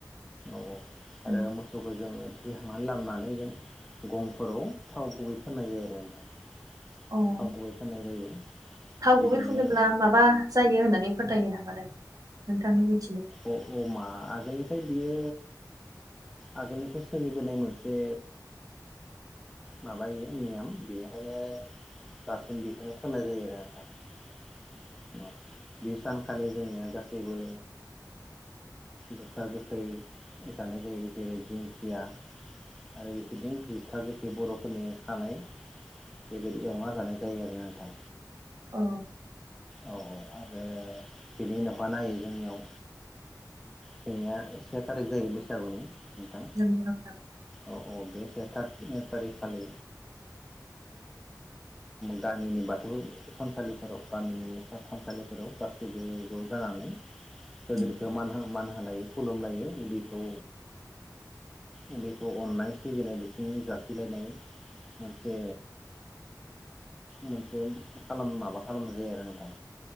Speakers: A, in the centre; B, on the right (about 55°).
A: औ औ
B: नंगौ
A: आरो मोसौखो जोङो बिहांनानै लाबोनानै जों गंफोराव थाव गुबै फाननाय जायो आरो नोंथां
B: अ
A: थाव गुबै फोननाय जायो
B: थाव
A: बिदिनो
B: गुबै फुनोब्ला माबा जायो होननानै फोथायो नामा नों नों थांनि बादि-
A: अ अ मा आगोलनिफ्राय बियो आगोलनिफ्राय सोलिबोनाय मोनसे माबायो नियम बेयो खायनो बा दासिम बेखौनो फोननाय जायो आरो नथां बे सानखालि जोंनिया गासैबो गोखा गोखै जानाय जायो जेरै दिंखिया आरो बेफोरदि गोखा गोखै बर'फोरनि खानाय बेबायदि एवना जानाय जायो आरो नोंथां
B: औ
A: औ औ आरो बेनि उनावहाय नायो जोंनियाव जोंनिया से थारिख जायो बैसागुनि नोंथां
B: नंगौ नोंथां
A: औ औ बे से था ओ थारिखखालि गामिनि बाथौ थानसालिफोराव गामिनि थानसालिफोराव गासैबो ज' जानानै गोदोरखौ
B: नंगौ
A: मान मान होनाय खुलुमलायो उन्दैखौ उन्दैखौ अननाय सिबिनाय बिथिं जासिलायनाय मोनसे मोनसे माबा खालामनाय जायो आरो नोंथां